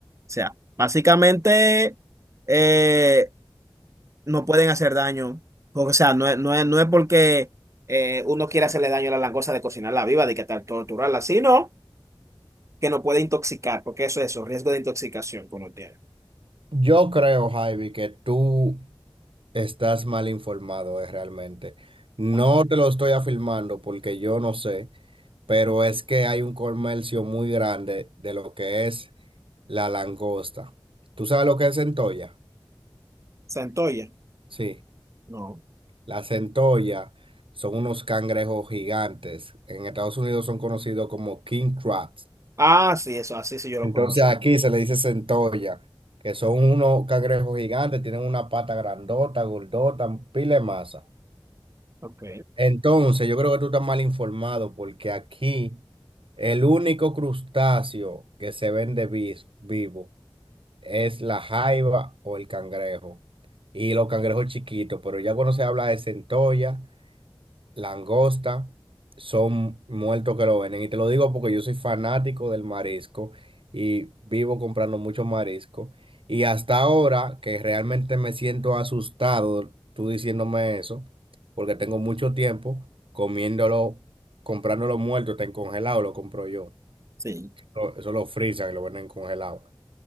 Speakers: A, on the right (about 35°); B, on the right (about 80°).
A: sea, básicamente eh, no pueden hacer daño. O sea, no es, no es, no es porque eh, uno quiera hacerle daño a la langosta de cocinarla viva, de que tal torturarla, sino que no puede intoxicar, porque eso es eso, riesgo de intoxicación que uno tiene.
B: Yo creo, Javi, que tú estás mal informado, eh, realmente. No
A: Ajá.
B: te lo estoy afirmando porque yo no sé, pero es que hay un comercio muy grande de lo que es. La langosta. ¿Tú sabes lo que es centolla?
A: Centolla,
B: Sí,
A: no.
B: la centolla son unos cangrejos gigantes. En Estados Unidos son conocidos como king crabs.
A: Ah, sí, eso, así sí yo lo
B: Entonces
A: conozco.
B: aquí se le dice centolla, que son unos cangrejos gigantes, tienen una pata grandota, gordota, pile de masa.
A: Ok.
B: Entonces yo creo que tú estás mal informado porque aquí el único crustáceo que se vende vis- vivo es la jaiba o el cangrejo. Y los cangrejos chiquitos, pero ya cuando se habla de centolla, langosta, son muertos que lo venden. Y te lo digo porque yo soy fanático del marisco y vivo comprando mucho marisco. Y hasta ahora que realmente me siento asustado, tú diciéndome eso, porque tengo mucho tiempo comiéndolo, comprándolo muerto, está en congelado, lo compro yo.
A: Sí.
B: Eso eso lo frisan y lo venden congelado.